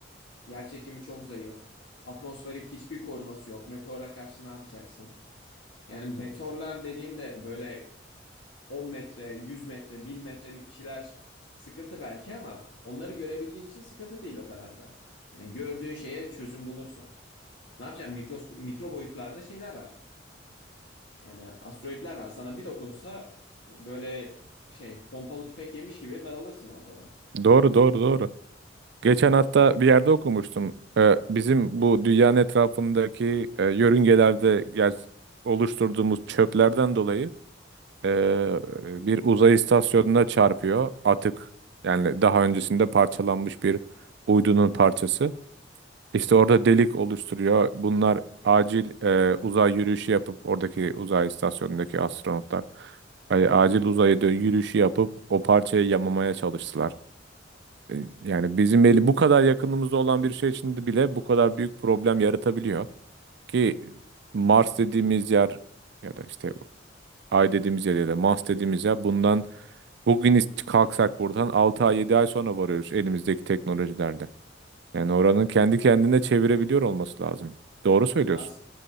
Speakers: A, on the left (about 70°); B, on the right (about 65°).
A: Yer çekimi çok zayıf. Atmosferik hiçbir koruması yok. Meteora karşı ne yapacaksın? Yani meteorlar dediğimde böyle 10 metre, 100 metre, 1000 metrelik bir şeyler sıkıntı belki ama onları görebildiğin için sıkıntı değil o kadar da. Hani gördüğün şeye çözüm bulursun. Ne yapacaksın? Mikro, mikro boyutlarda şeyler var. Yani asteroidler var. Sana bir dokunsa böyle şey pompalı tüfek yemiş gibi dağılırsın ortadan.
B: Doğru doğru doğru. Geçen hatta bir yerde okumuştum. Ee, bizim bu dünyanın etrafındaki e, yörüngelerde ger- oluşturduğumuz çöplerden dolayı Ee, bir uzay istasyonuna çarpıyor atık. Yani daha öncesinde parçalanmış bir uydunun parçası. İşte orada delik oluşturuyor. Bunlar acil e, uzay yürüyüşü yapıp oradaki uzay istasyonundaki astronotlar e, acil uzayda yürüyüşü yapıp o parçayı yamamaya çalıştılar. E, Yani bizim eli bu kadar yakınımızda olan bir şey içinde bile bu kadar büyük problem yaratabiliyor ki Mars dediğimiz yer ya da işte Ay dediğimiz yer ya da Mars dediğimiz yer bundan Bugün ist- kalksak buradan 6 ay 7 ay sonra varıyoruz elimizdeki teknolojilerle. Yani oranın kendi kendine çevirebiliyor olması lazım. Doğru söylüyorsun.
A: As-